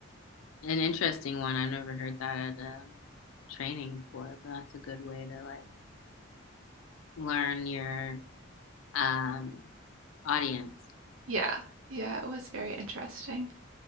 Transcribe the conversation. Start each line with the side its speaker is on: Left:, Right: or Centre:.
Left: an interesting one. I've never heard that at a training before, but that's a good way to like learn your um audience.
Right: Yeah, yeah, it was very interesting.